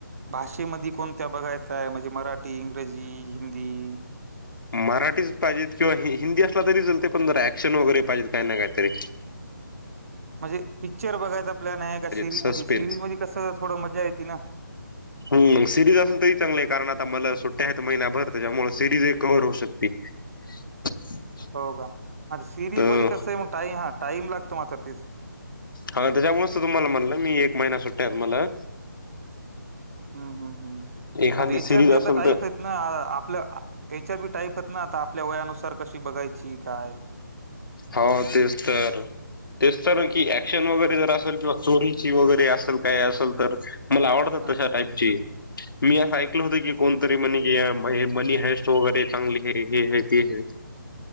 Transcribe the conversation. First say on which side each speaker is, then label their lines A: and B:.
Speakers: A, on the right; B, on the left.
A: भाषेमध्ये कोणत्या बघायचा आहे म्हणजे मराठी, इंग्रजी, हिंदी?
B: मराठीच पाहिजेत किंवा ही हिंदी असला तरी चलते पण जरा ऍक्शन वगैरे पाहिजे. काय ना कायतरी.
A: म्हणजे पिक्चर बघायचा प्लान आहे, का सिरीज
B: सस्पेन्स
A: मध्ये सरीज मध्ये कसं थोडं मजा येते ना?
B: ही सिरीज असेल तरी चांगलं आहे, कारण आता मला सुट्ट्या आहेत महिन्याभर त्याच्यामुळे सिरीज ही कव्हर होऊ शकते. <unintelligible>
A: हो का? आता सिरीज
B: तर
A: मध्ये कसं आहे मग टाई हा टाईम लागतो मात्र तेच
B: हा त्याच्यामुळेच तर तुम्हाला म्हणलं मी एक महिना सुट्ट्या आहेत मला.
A: हम्म हम्म हम्म,
B: एखादी
A: आता हेच्यात
B: सिरीज
A: बी
B: असेल
A: आता टाईप
B: तर
A: आहेत. ना आपल्या हेच्यात बी टाईप आहेत ना, आता आपल्या वयानुसार कशी बघायची काय?
B: हो तेच तर. तेच तर, की ऍक्शन वगैरे जर असेल किंवा चोरीची वगैरे असेल काय असेल तर मला आवडतात
A: हा
B: तशा
A: हा
B: टाईपचे, मी असं ऐकलं होत की
A: हा
B: कोणतरी
A: हो का
B: म्हणे की अ बा हे मनी हाईस्ट वगैरे चांगली हे हाय ते हाय.